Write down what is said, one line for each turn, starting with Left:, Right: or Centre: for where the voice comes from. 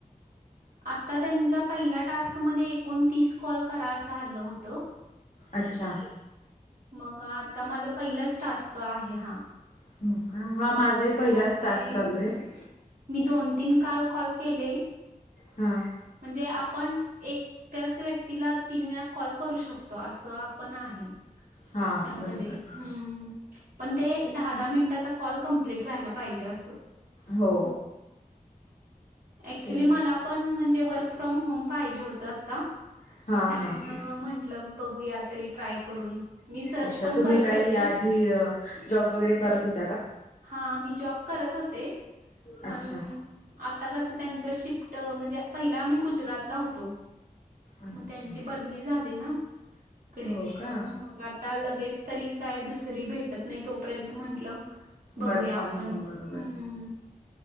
Right: आता त्यांचा पहिल्या टास्कमध्ये एकोणतीस कॉल करा, असं आलं होतं.
Left: अच्छा,
Right: मग आता माझा पहिलाच टास्क आहे हा,
Left: हो का हा माझाही पहिलाच
Right: त्यामध्ये,
Left: टास्क चालू आहे
Right: मी दोन तीन काल कॉल केले.
Left: हा
Right: म्हणजे, आपण एक त्याच व्यक्तीला तीन वेळा कॉल करू शकतो. असं आपण आहे,
Left: हा
Right: त्यामध्ये
Left: बरोबर
Right: हम, पण ते दहा, दहा मिनिटाचा कॉल कंप्लीट व्हायला पाहिजे असो
Left: हो,
Right: ऍक्चुली
Left: तेच
Right: मला पण म्हणजे, वर्क फ्रॉम होम पाजे होत आता,
Left: हा
Right: त्यामु
Left: हा अच्छा
Right: म्हटलं बघू या तरी ट्राय करून, मी सर्च
Left: अच्छा
Right: पण
Left: तुम्ही
Right: करत
Left: काही
Right: होते.
Left: आधी जॉब वगैरे करत होते?
Right: हा मी जॉब करत होते.
Left: अच्छा
Right: पण आता कस, त्यांच शिफ्ट म्हणजे पहिला आम्ही गुजरातला होतो.
Left: अच्छा
Right: मग त्यांची बदली झाली ना, इकडे
Left: हो का
Right: मग आता लगेच, तरी का आहे दुसरी, री भेटत नाही तोपर्यंत म्हंटलं बघूया
Left: वर्क फ्रॉम
Right: आपण
Left: होम बरोबर
Right: हम,
Left: आहे